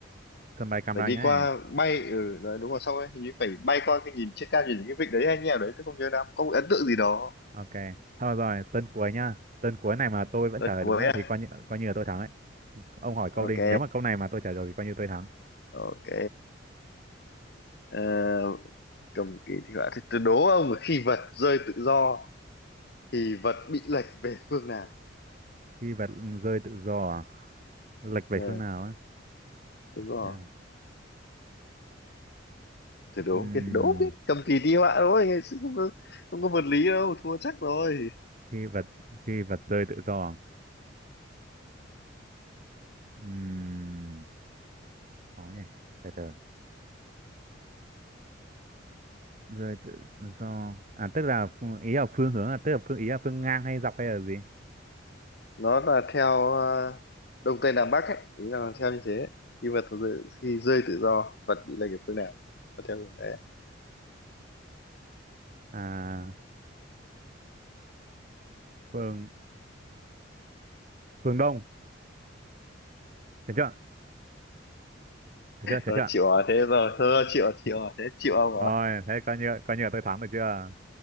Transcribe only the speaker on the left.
phải
đi
qua bay ừ đấy, đúng rồi xong rồi hình như phải bay qua cái nhìn trên cao nhìn những cái vịnh đấy hay như nào đấy tôi không nhớ lắm có một ấn tượng gì đó
lần
cuối
à
ok
Ok. Ờ, cầm kỳ thi họa thì tôi đố ông là khi vật rơi tự do thì vật bị lệch về phương nào?
Ờ,
đúng rồi.
Thử đố
không biết đố không biết cầm kỳ thi họa thôi chứ không có không có vật lý đâu thua chắc rồi
nó là theo ờ, đông tây nam bắc ấy ý là theo như thế khi vật rơi, khi rơi tự do vật bị lệch về phương nào nó theo hướng đấy
rồi
chịu hỏi thế rồi thôi chịu hỏi- chịu hỏi thế chịu ông rồi